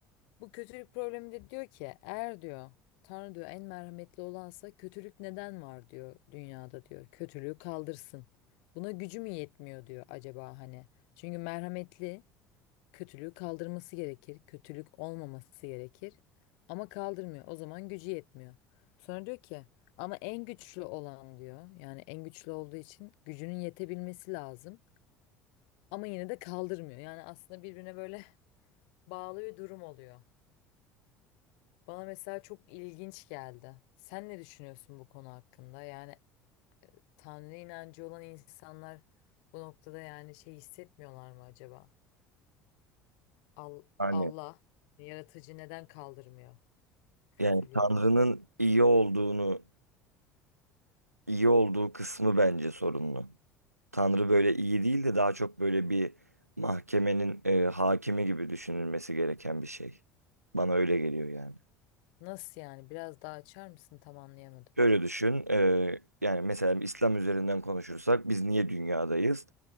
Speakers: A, on the left; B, on the right.
A: Bu kötülük problemi de diyor ki eğer diyor Tanrı diyor en merhametli olansa kötülük neden var diyor dünyada diyor. Kötülüğü kaldırsın. Buna gücü mü yetmiyor diyor acaba hani. Çünkü merhametli kötülüğü kaldırması gerekir. Kötülük olmaması gerekir. Ama kaldırmıyor. O zaman gücü yetmiyor. Sonra diyor ki ama en güçlü olan diyor. Yani en güçlü olduğu için gücünün yetebilmesi lazım. Ama yine de kaldırmıyor. Yani aslında birbirine böyle <laughs> bağlı bir durum oluyor. Bana mesela çok ilginç geldi. Sen ne düşünüyorsun bu konu hakkında? Yani Tanrı inancı olan insanlar bu noktada yani şey hissetmiyorlar mı acaba? Al-
B: Hani
A: Allah yaratıcı neden kaldırmıyor kötülüğü?
B: yani Tanrı'nın iyi olduğunu, iyi olduğu kısmı bence sorunlu. Tanrı böyle iyi değil de daha çok böyle bir mahkemenin e, hakimi gibi düşünülmesi gereken bir şey. Bana öyle geliyor yani.
A: Nasıl yani? Biraz daha açar mısın? Tam anlayamadım.
B: Şöyle düşün, eee, yani mesela İslam üzerinden konuşursak biz niye dünyadayız?